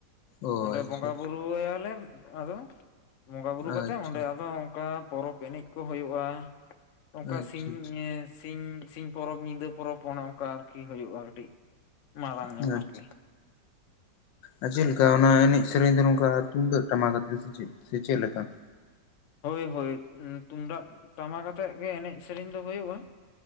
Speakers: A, on the left (about 85°); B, on the left (about 60°).
A: ᱚ
B: ᱚᱸᱰᱮ
A: ᱟᱪᱪᱷᱟ
B: ᱵᱚᱸᱜᱟᱼᱵᱩᱨᱩ
A: ᱟᱪᱪᱷᱟ
B: ᱟᱭᱟᱞᱮ ᱟᱫᱚ ᱵᱚᱸᱜᱟ ᱵᱩᱨᱩ ᱠᱟᱛᱮᱜ
A: ᱟᱪᱪᱷᱟ
B: ᱚᱸᱰᱮ ᱟᱫᱚ ᱚᱱᱠᱟ ᱯᱚᱨᱚᱵᱽ ᱮᱱᱮᱡ ᱠᱚ ᱦᱩᱭᱩᱜᱼᱟ ᱚᱱᱠᱟ
A: ᱟᱪᱪᱷᱟ
B: ᱥᱤᱧ ᱥᱤᱧ ᱥᱤᱧ ᱯᱚᱨᱚᱵᱽ ᱧᱤᱫᱟᱹ ᱯᱚᱨᱚᱵᱽ ᱚᱱᱮ ᱚᱱᱠᱟ ᱟᱨᱠᱤ ᱦᱩᱭᱩᱜᱼᱟ ᱠᱟᱹᱴᱤᱡ ᱢᱟᱨᱟᱝ
A: ᱟᱪᱪᱷᱟ
B: ᱧᱚᱜ
A: ᱟᱪᱷᱟ
B: ᱟᱨᱠᱤ
A: ᱟᱨ ᱪᱮᱫᱮᱠᱟ ᱚᱱᱟ ᱮᱱᱮᱡ ᱥᱮᱨᱮᱧ ᱫᱚ ᱱᱚᱝᱠᱟ ᱛᱩᱢᱫᱟᱹᱜ ᱴᱟᱢᱟᱠ ᱟᱛᱮ ᱥᱮ ᱪᱮᱫ ᱥᱮ ᱪᱮᱫᱠᱟ?
B: ᱦᱳᱭ ᱦᱳᱭ ᱛᱩᱢᱫᱟᱜ ᱴᱟᱢᱟᱠ ᱟᱛᱮᱫ ᱜᱮ ᱮᱱᱮᱡ ᱥᱮᱨᱮᱧ ᱫᱚ ᱦᱩᱭᱩᱜᱼᱟ